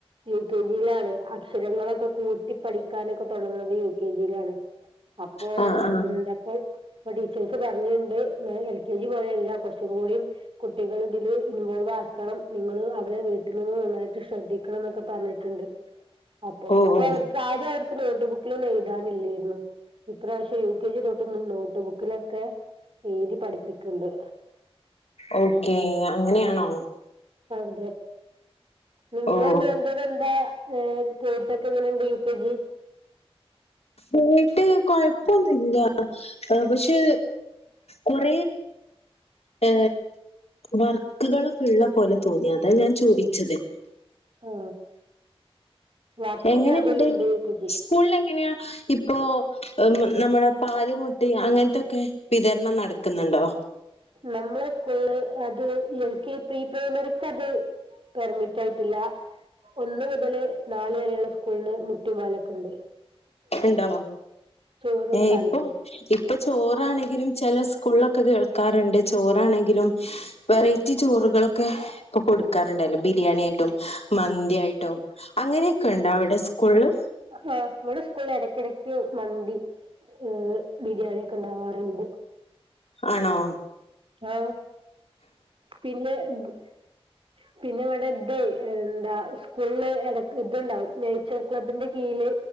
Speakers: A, on the right; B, on the left.
A: യു കെ ജിയിലാണ് അക്ഷരങ്ങളൊക്കെ കൂട്ടി പഠിക്കാനൊക്കെ തുടങ്ങുന്നത് യു കെ ജിയിലാണ് അപ്പോ
B: ആ ആ
A: എന്താപ്പോ ടീച്ചേഴ്സ് പറഞ്ഞിണ്ട് എൽ കെ ജി പോലെയല്ല കൊറച്ചും കൂടിിയ കുട്ടികൾ ഇതില് ഇൻവോൾവ് ആക്കണം നിങ്ങള്ൾ അവരെ വീട്ടിൽ നിന്ന് നന്നായിട്ട് ശ്രദ്ധിക്കണം എന്നൊക്കെ പറഞ്ഞിട്ടുണ്ട് അപ്പൊ
B: ഓ
A: ഇപ്പൊ
B: ഓ
A: അവർക്ക് ആദ്യം അവർ ഇൻക്ക് നോട്ട് ബുക്കിലൊന്നും എഴുതാനില്ലേയിരുന്നു ഇപ്രാവശ്യം യു കെ ജി തൊട്ട് നോട്ട് ബുക്കിലൊക്കെ എഴുതി പഠിപ്പിക്ക്ണ്ട്
B: ഓക്കേ അങ്ങനെയാണോ
A: അതെ നിങ്ങളെ
B: ഓ
A: മോന്റെത് എന്താ ഏ പോയിട്ടൊക്കെ എങ്ങനെയണ്ട് യു കെ ജി
B: പോയിട്ട് കൊഴപ്പൊന്നുമില്ല പക്ഷെ കൊറ ഏ വർക്കുകളൊക്കെ ഇള്ള പോലെ തോന്നി അതാ ഞാൻ ചോദിച്ചത്
A: ആ വർക്ക്
B: എങ്ങനെണ്ട്
A: കൂടുതലുണ്ട് യു കെ ജി
B: സ്കൂളിൽ എങ്ങനെയ ഇപ്പൊ നമ്മുടെ പാല് മുട്ടിം അങ്ങനത്തൊക്കെ വിതരണം നടക്കുന്നുണ്ടോ?
A: നമ്മളെ സ്കൂൾല് അത് എൽ കെ പ്രീ പ്രൈമറിയ്ക്കത് പെർമിറ്റ് ആയിട്ടില്ല ഒന്ന് മുതല് നാല് വരെയുള്ള സ്കൂളിന് മുട്ടി പാലൊക്കെണ്ട്
B: ഉണ്ടോ
A: ചോറും
B: ഏ
A: താളിപ്പും
B: ഇപ്പൊ ഇപ്പൊ ചോറാണെങ്കിലും ചെല സ് സ്കൂൾ ഒക്കെ കേൾക്കാറുണ്ട് ചോറാണെങ്കിലും വെറൈറ്റി ചോറുകളൊക്കെ ഒക്കെ കൊടുക്കാറുണ്ടല്ലോ ബിരിയാണിയായിട്ടും മന്തിയായിട്ടും അങ്ങനെ ക്കെണ്ടൊ അവിടെ സ്കൂളില്
A: ആ ഇവിടെ സ്കൂളിൽ എടക്കിടക്ക് മന്തി ഏ ബിരിയാണി ഒക്കെ ഇണ്ടാവാറുണ്ട്.
B: ആണോ
A: ആ പിന്നെ <unintelligible> പിന്നെ ഇവിടെ തെയ് എന്താ സ്കൂള്ല് എട ഇതുണ്ടാവും നെയ്ച്ചോർ ക്ലബ്ബിന്റെ യില്